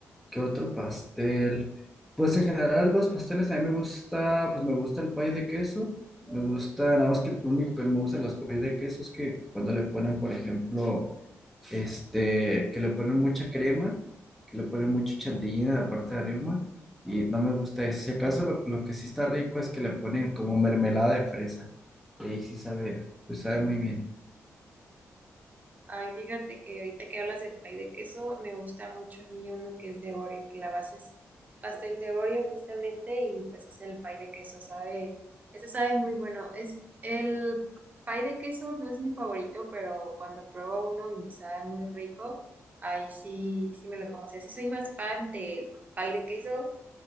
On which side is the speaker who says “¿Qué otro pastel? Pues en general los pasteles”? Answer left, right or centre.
Centre